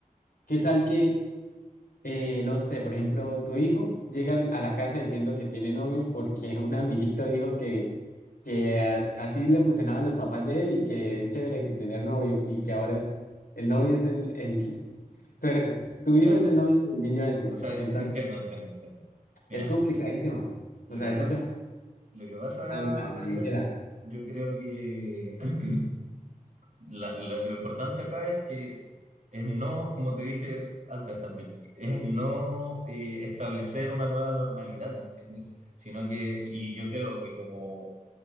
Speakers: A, on the left; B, on the right.
A: ¿Qué tal que eh, no sé, por ejemplo, tu hijo llega al- a la casa diciendo que tiene novio porque <laughs> un amiguito dijo que, que a- así le funcionaban los papás de él y que es chévere que tener novio y que ahora es, el novio es el, el <laughs> pero tu hijo
B: claro.
A: es el novio del niño ese.
B: O sea, ent-
A: Entonces,
B: entiendo, entiendo, entiendo. Mira,
A: es complicadísimo.
B: lo
A: O sea,
B: que
A: ese
B: pasa,
A: tema
B: lo que pasa,
A: a la a la
B: Daniel,
A: ligera.
B: yo creo que <clears throat> la- la- lo importante acá es que Es no, como te dije antes también, es no eh, establecer una nueva normalidad, ¿me entiendes? Sino que, y yo creo que como